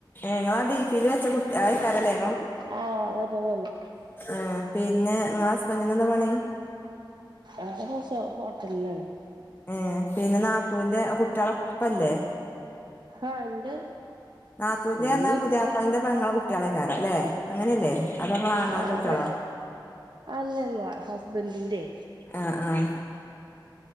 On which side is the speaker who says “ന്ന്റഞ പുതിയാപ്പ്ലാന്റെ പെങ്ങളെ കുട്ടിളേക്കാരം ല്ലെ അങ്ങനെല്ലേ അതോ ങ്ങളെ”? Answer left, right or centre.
Left